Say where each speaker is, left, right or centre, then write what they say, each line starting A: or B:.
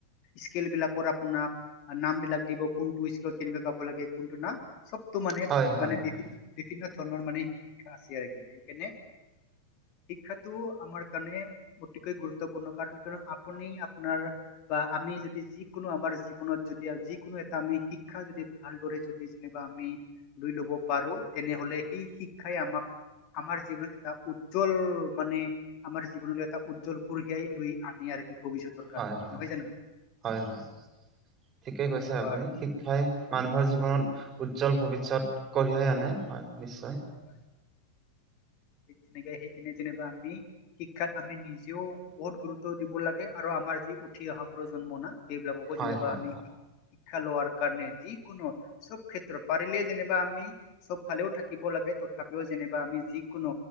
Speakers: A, on the left; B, on the right.
A: স্কেলাক ডাকৰ আপোনাৰ নামবিলাক দিব কোনটো স্কুলকৈ কৰিব লাগে কোনটো না চবটো মানে
B: হয়
A: মানে
B: হয় হয় হয়
A: বিভিন্ন - বিভিন্ন ধৰণৰ মানে শিক্ষা আছে আৰু কি সেইকাৰণে শিক্ষাটো আমাৰ কাৰণে অতিকৈ গুৰুত্বপূৰ্ণ কাৰণ ক আপুনি আপোনাৰ বা আমি যদি যি কোনো আমাৰ জীৱনত যদি যিকোনো এটা আমি শিক্ষা যদি ভালদৰে যদি যেনা আমি লৈ লব পাৰো তেনেহলে সেই শিক্ষাই আমাক আমাৰ জীৱনত এটা উজ্জ্বল মানে আমাৰ জীৱনলৈ এটা উজ্জ্বল কঢ়িয়াই লৈ আনে আৰু কি ভৱিষ্যতৰ কাৰণে
B: হয় - হয়
A: নহয় জানো
B: - হয় - হয়। ঠিকেই
A: তেনেকুৱা
B: কৈছে আপুনি
A: আৰু
B: শিক্ষাই
A: হয়
B: মানুহৰ জীৱনত উম, উজ্জ্বল ভৱিষ্যত কঢ়িয়াই আনে হয় নিশ্চয়।
A: হয়। তেনেকে সেই কেণনে যেনিবা আমি শিক্ষাত আমি নিজেও বহুত গুৰুত্ব দিব লাগে আৰু আমাৰ যি উঠি অহা প্ৰ জন্ম না সেইবিলাককো
B: হয়
A: যেনিবা
B: হয়
A: আমি শ খেলোৱাৰ কাৰণে যিকোনো চব ক্ষেত্ৰত পাৰিলে যেনিবা আমি চব ফালেও থাকিব লাগে। তথাপিও যেনা আমি যিকোনো